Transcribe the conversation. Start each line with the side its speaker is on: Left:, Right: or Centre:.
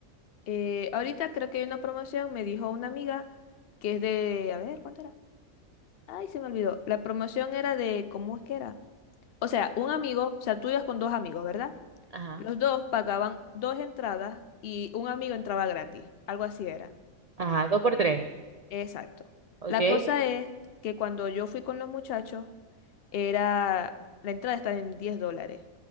Left: Eh, ahorita creo que hay una promoción, me dijo una amiga, que es de. A ver, ¿cuánto era? Ay, se me olvidó. La promoción era de. ¿Cómo es que era? O sea, un amigo, o sea, tú ibas con dos amigos, ¿verdad?
Right: Ajá,
Left: Los dos pagaban dos entradas y un amigo entraba gratis, algo así era.
Right: ajá, 2 por 3,
Left: Exacto.
Right: ok.
Left: La cosa es que cuando yo fui con los muchachos, era, la entrada estaba en 10 dólares,